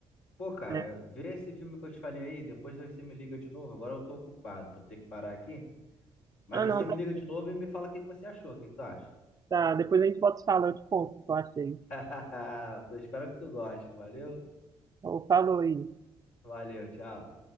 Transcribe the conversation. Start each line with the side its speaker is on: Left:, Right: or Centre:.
Left: Pô, cara,
Right: É.
Left: vê esse filme que eu te falei aí, depois você me liga de novo. Agora eu tô ocupado, vou ter que parar aqui. Mas
Right: Ah,
Left: você
Right: não,
Left: me
Right: tá,
Left: liga
Right: certo.
Left: de novo e me fala o que que você achou, o que que tu acha?
Right: tá, depois a gente volta se falando, eu te conto o que eu achei.
Left: <laughs> Eu espero que tu goste. Valeu,
Right: Então, falou aí.
Left: valeu, tchau.